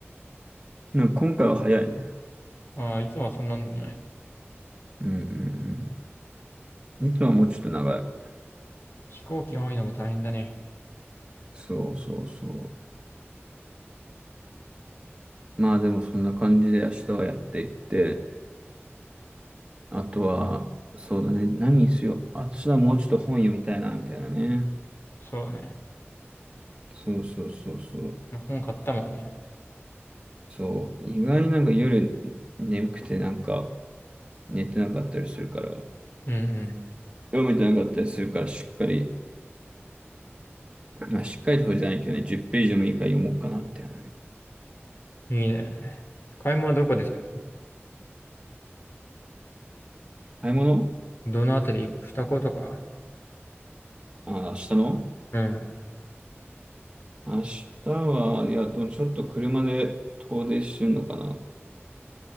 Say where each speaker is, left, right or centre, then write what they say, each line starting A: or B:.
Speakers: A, on the right; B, on the left.
A: なんか今回は早いね。
B: ああ、いつもはそんなんでもない。
A: うんうんうん。いつもはもうちょっと長い。
B: 飛行機多いのも大変だね。
A: そうそうそう。まあでもそんな感じで明日はやっていって、あとは、そうだね。何にしよう。あ、私はもうちょっと本読みたいな、みたいなね。
B: そうだね。
A: そうそうそうそう。
B: 本買ったもんね。
A: そう。意外になんか夜眠くてなんか寝てなかったりするから、
B: うん
A: 読めてなかったりするから、しっかり、まあしっかりとじゃないけどね、10ページでもいいから読もうかな、みたいなね。
B: うん。いいね。買い物どこでした
A: そう買い物
B: どのあたり二子とか
A: あ、明日の
B: うん。
A: 明日は、いや、でもちょっと車で遠出するのかな。